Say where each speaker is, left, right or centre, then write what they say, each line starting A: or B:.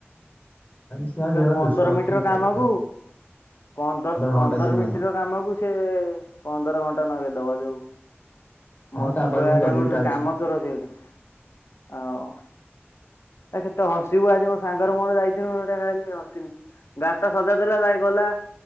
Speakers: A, on the left; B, on the left.
A: ସେ ଆଉ ସେଭଳିଆ
B: ପନ୍ଦର
A: ଦୋଷ ଅଛି
B: ମିନିଟ ର କାମ
A: ପ-
B: କୁ <inaudible> ପନ୍ଦର
A: ଘଣ୍ଟା
B: ପନ୍ଦର
A: ସିଏ ରହିବ।
B: ମିନିଟ ର କାମ କୁ ସିଏ ପନ୍ଦର ଘଣ୍ଟା ନଗେଇଦବ ଯୋଉ
A: ହଁ
B: ମଠୁଆ
A: ତା ପାଖରେ ସେଇ କ୍ୱାଲିଟି
B: ଯୋଉ
A: ଟା ଅଛି।
B: କାମଚୋର ସେ ଗୋଟେ। <inaudible> ଆଉ। ଆ କେତେ ହସିବୁ ଆଜି ମୋ ସାଙ୍ଗର ମୋର ଯାଇଥିଲୁ ସେଟା ଖାଲି ହସିନୁ। ଗାଡିଟା ସଜାଡି ଦେଲା ଯାଇ ଗଲା